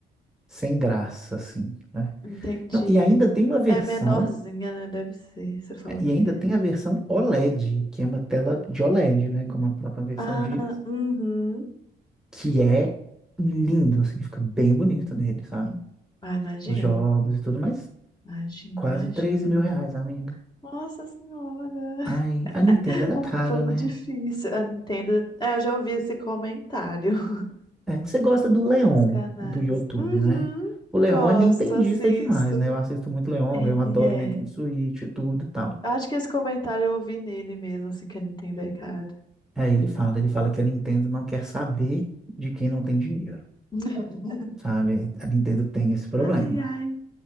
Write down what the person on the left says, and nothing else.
Entendi.
É menorzinha, né? Deve ser. Você falou
que
é.
Ah,
uhum.
Ah, imagino.
Imagino,
imagino.
Nossa Senhora.
<laughs>
Um
pouco
difícil. A Nintendo. É, eu já ouvi esse comentário <laughs>
nos canais.
Uhum.
Gosto,
assisto.
Ele
é.
Acho que esse comentário eu ouvi nele mesmo, assim, que ele entender, cara.
<laughs>
Ai, ai,